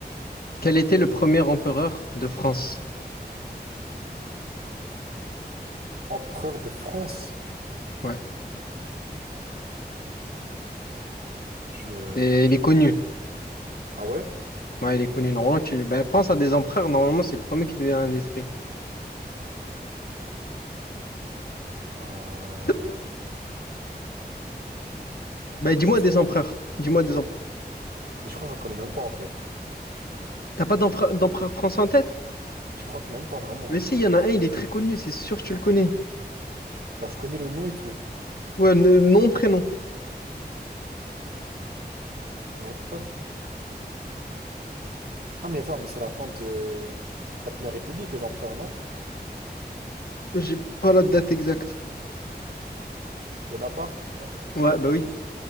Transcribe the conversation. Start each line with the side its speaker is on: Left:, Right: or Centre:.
Left: Quel était le premier empereur de France?
Right: Empereur de France?
Left: Ouais,
Right: Je,
Left: et
Right: je
Left: il
Right: sais
Left: est connu.
Right: pas. Ah ouais?
Left: Ouais, il est connu. Normalement, tu bah, pense à des empereurs. Normalement, c'est le premier qui te vient à l'esprit.
Right: Euh,
Left: <gasps> Bah, dis-moi
Right: je sais
Left: des
Right: pas.
Left: empereurs. Dis-moi des empereurs.
Right: Mais je crois que j'en connais même pas en fait.
Left: T'as pas d'empre- d'empereur français en tête?
Right: Mais je crois que même pas vraiment.
Left: Mais si, il y en a un, il est très connu, c'est sûr que tu le connais.
Right: Genre, je connais le nom et tout.
Left: Ouais, le nom, prénom.
Right: L'empereur. Ah, mais attends, mais c'est la fin de la Première République, les empereurs, non?
Left: J'ai pas la date exacte.
Right: Bonaparte? Je sais pas moi.
Left: Ouais, bah oui.